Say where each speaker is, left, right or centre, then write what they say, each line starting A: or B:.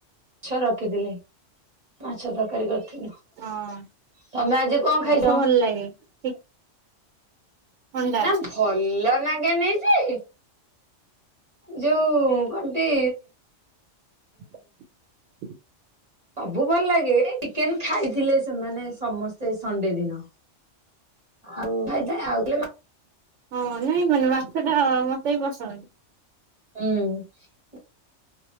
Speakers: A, on the right; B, on the right.
A: ଛ ରଖିଥିଲି। ମାଛ ତରକାରୀ କରି ଥିନୁ
B: ହଁ
A: ତମେ ଆଜି କଣ
B: ମାଛ
A: ଖାଇଛ?
B: ଭଲ ଲାଗେ ଚି ଅଣ୍ଡା
A: ନା ଭଲ ଲାଗେ ନେଇ ଯେ ଯୋଉ କଣ କି
B: <unintelligible>
A: ସବୁ ଭଲ ଲାଗେ ଚିକେନ ଖାଇଥିଲେ ସେମାନେ ସମସ୍ତେ ସଣ୍ଡେ ଦିନ ଆଉ
B: ହଁ ନାଇଁ ମାନେ ମାଛ ଟା ମତେ ବି ପସନ୍ଦ।
A: ହୁଁ।